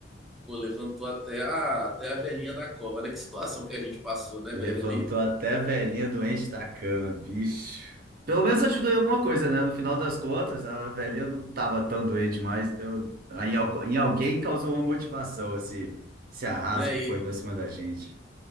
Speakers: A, in the centre; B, on the right.
A: Pô, levantou até a, até a velhinha da cova, né? Que situação que a gente passou, né, velho,
B: Levantou
A: ali,
B: até a velhinha doente da cama, bicho. Pelo menos ajudou em alguma coisa, né? No final das contas, a velhinha não tava tão doente mais. Então, em, algu- em alguém causou uma motivação esse, esse arraso
A: né?
B: que
A: E
B: foi pra cima da gente.